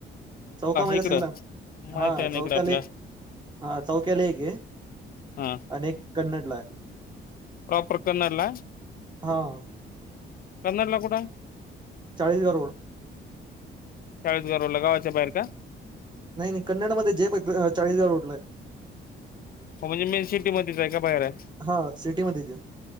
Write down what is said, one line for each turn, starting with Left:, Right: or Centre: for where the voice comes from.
Right: चौका माहित
Left: इकडं
Right: असेल ना?
Left: माहिती
Right: हा
Left: आहे ना
Right: चौक्याले
Left: इकडं आपला
Right: हा चौक्याले एक ये.
Left: हा
Right: अनेक कन्नडलाय.
Left: प्रॉपर कन्नडला?
Right: हा
Left: कन्नडला कुठाय?
Right: चाळीसगा रोड.
Left: चाळीसगा रोडला गावाच्या बाहेर का?
Right: नाही नाही कन्नड मध्ये जे प प चाळीसगा रोडलाय.
Left: हो म्हणजे मेन सिटीमध्येच आहे का बाहेर आहे?
Right: हा सिटीमध्येच आहे.